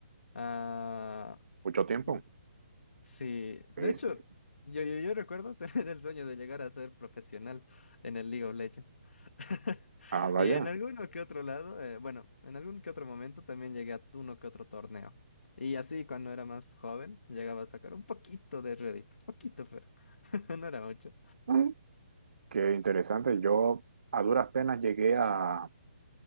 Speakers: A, on the left; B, on the right.
A: Ah,
B: mucho tiempo.
A: mm, sí,
B: Sí,
A: de hecho,
B: sí, sí.
A: yo, yo, yo recuerdo <laughs> tener el sueño de llegar a ser profesional en el League of Legends. <laughs>
B: Ah, vaya.
A: Y en alguno que otro lado, eh, bueno, en algún que otro momento también llegué a uno que otro torneo. Y así cuando era más joven, llegaba a sacar un poquito de Reddit, poquito, pero <laughs> no era mucho.
B: Mm, Qué interesante. Yo a duras penas llegué a,